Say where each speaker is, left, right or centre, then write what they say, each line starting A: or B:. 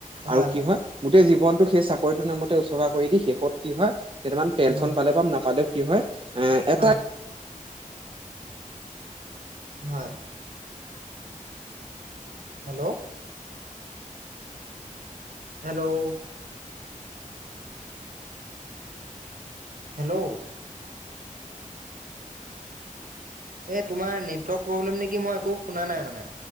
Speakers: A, on the right; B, on the right.
A: হয়
B: আৰু
A: হয়
B: কি হৈ গোটেই জীৱন সেই চাকৰিটোৰ নামতে উচৰ্গা কৰি দি শেষত কি হয় কেইটামান
A: হয়
B: পেঞ্চন পালে বা নাপালেও কি হয় এ এটা
A: হয় হয় হেল্ল' হেল্ল' হেল্ল' এই তোমাৰ নেটৱৰ্ক প্ৰব্লেম নেকি মই একো শুনা নাই মানে।